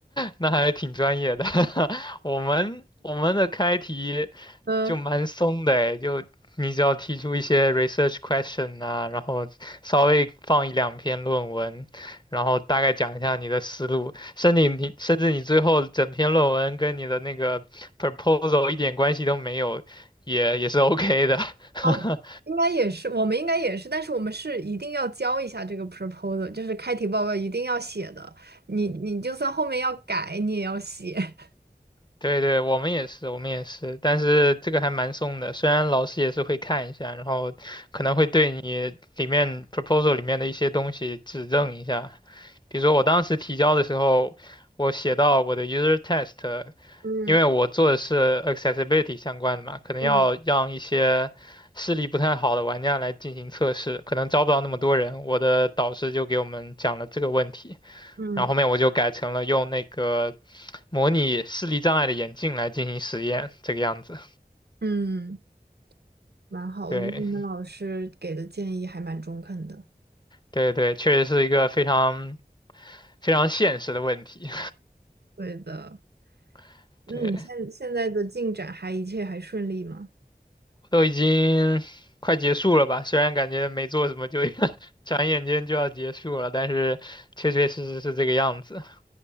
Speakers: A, on the left; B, on the right.
A: 那还挺专业的。<laughs> 我们我们的开题
B: 嗯，
A: 就蛮松的诶，就你只要提出一些 research question 啊，然后稍微放一两篇论文，然后大概讲一下你的思路，甚至你甚至你最后整篇论文跟你的那个 proposal 一点关系都没有，也也是 OK 的。<laughs>
B: 哦，应该也是，我们应该也是，但是我们是一定要交一下这个 proposal，就是开题报告一定要写的，你你就算后面要改，你也要写。<laughs>
A: 对对，我们也是，我们也是，但是这个还蛮松的，虽然老师也是会看一下，然后可能会对你里面 proposal 里面的一些东西指正一下。比如说我当时提交的时候，我写到我的 user test，
B: 嗯
A: 因为我做的是 accessibility 相关的嘛，可能要让一些视力不太好的玩家来进行测试，
B: 嗯。
A: 可能招不到那么多人，我的导师就给我们讲了这个问题，
B: 嗯
A: 然后后面我就改成了用那个。模拟视力障碍的眼镜来进行实验，这个样子。
B: 嗯，蛮好，我觉得你们老师给的建议还蛮中肯的。
A: 对对对，确实是一个非常非常现实的问题。
B: 对的，
A: <laughs>
B: 嗯，
A: 对，
B: 现现在的进展还一切还顺利吗？
A: 都已经快结束了吧？虽然感觉没做什么就 <laughs> 转眼间就要结束了，但是确确实实是这个样子。